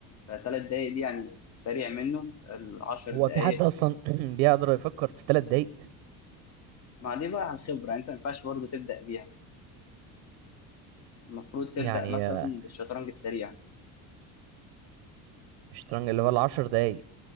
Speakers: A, on the left; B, on the right.
A: فثلاث دقائق دي يعني في السريع منه العشر
B: هو
A: دقائق
B: في حد اصلا <clears throat> بيقدر يفكر في ثلاث دقايق
A: ما دي بقى عن خبرة انت ما ينفعش برضه تبدأ بيها المفروض تبدأ
B: يعني
A: مثلا
B: آه،
A: بالشطرنج السريع
B: الشطرنج اللي هو العشر دقايق